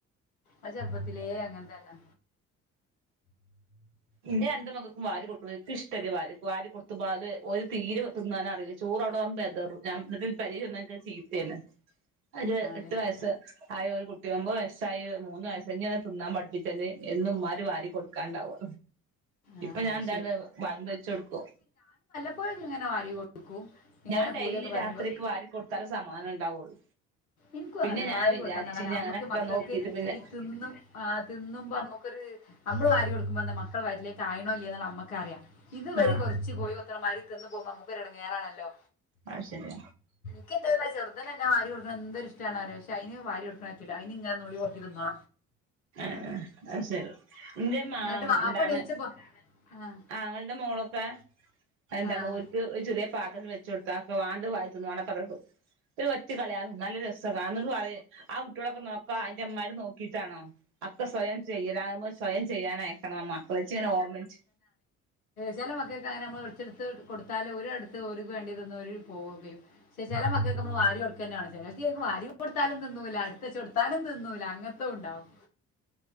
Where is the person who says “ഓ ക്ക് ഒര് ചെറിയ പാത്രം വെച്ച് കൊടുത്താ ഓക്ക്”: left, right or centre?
Right